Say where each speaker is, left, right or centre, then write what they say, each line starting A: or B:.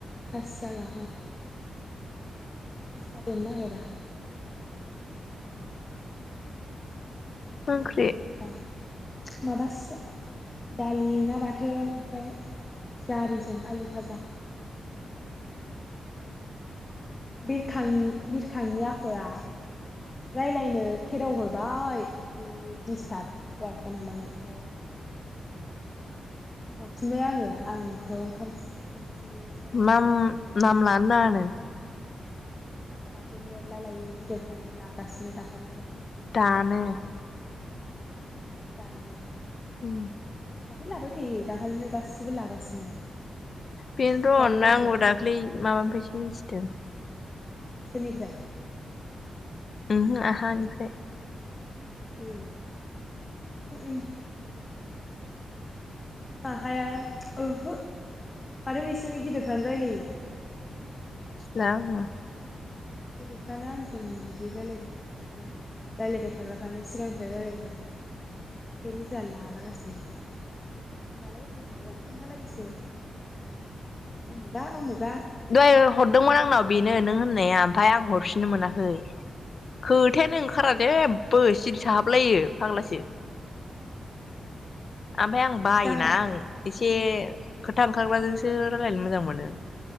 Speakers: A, on the left (about 30°); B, on the left (about 50°).
A: थास जालाङा थास जानो नागिरा
B: ओंख्रि
A: मोनबायबायोबा माबासो दालि ना बाथोन ओमफ्राय जारिजों आलु फाजा
B: उम
A: बिरखां-बिरखांनि आखला रायलायनो खेराव हरबाय जि डिस्टाब दहाय फन हरनानै ओमफ्राय हरफिनबाय आंङो आंथ' ओंखाम ओंख्रिसो माबादोंमोन
B: नाम
A: संदोंमोन
B: नाम
A: खोमा
B: लानो नाङानो
A: माथो मेरला लायो बिदाफ्रानो लागासिनो दाखालिनिफ्रायनो
B: दानो
A: दानो
B: ओम
A: माथो लाबाय थायो दाखालिनिफ्राय गासिबो लागासिनो
B: बेनो
A: बिसोरनो लालाय
B: थ'
A: लायो
B: आंबो
A: माथो
B: दाख्लै माबानिफ्रायसो मिथिदों
A: सोरनिफ्राय
B: उमहु आहानिफ्रायाय
A: ए <unintelligible> हाया ओहो आरो बिसोरनो गिदिरफ्रानो रायलायो
B: नाङा
A: गिदिरफ्रानो आंजों बिदि रायज्लायदों दाखालि रायज्लायबाय थाग्राफ्रानो सिगांनिफ्राय रायज्लायबाय थाग्रायानो ओंखायनो जोंहा लालागासिनो ओमफ्राय लालायबाय थायो खोन्थालायैसो उमुगा उमुग
B: दहाय हरदोंमोन आंनाव बेनो नों होननाया होननाया ओमफफ्राय आं हरफिननो मोनाखै खोथायानो ओंखारा जेबो सिरि थाहाबलायोफाग्लासो ओमफफ्राय आं बायोना
A: गाहा
B: आं एसे
A: उम
B: ख थांखाग्राजोंसो रायलायनो मोजां मोनो